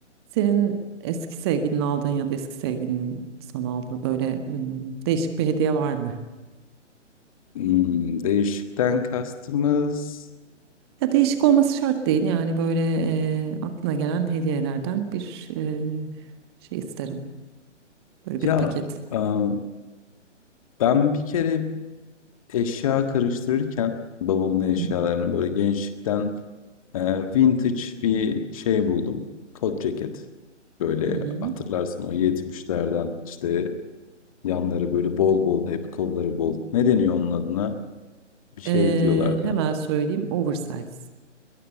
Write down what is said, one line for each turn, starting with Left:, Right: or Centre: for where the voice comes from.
Right: Senin eski sevgilinin aldığın ya da eski sevgilinin sana aldığı böyle hmm, değişik bir hediye var mı?
Left: Imm, değişikten kastımız
Right: Ya değişik olması şart değil yani böyle e, aklına gelen hediyelerden bir e, şey isterim. Böyle bir
Left: ya,
Right: paket.
Left: aaa, ben bir kere eşya karıştırırken babamın eşyalarını,
Right: Hı hı.
Left: böyle, gençlikten, eee, vintage bir şey buldum. Kot ceket. Böyle,
Right: Hı hı.
Left: hatırlarsın o yetmişlerden işte, yanları, böyle, bol bol, hep kolları bol. Ne deniyor onun adına? Bir şey
Right: E,
Left: diyorlardı.
Right: hemen söyleyeyim oversize.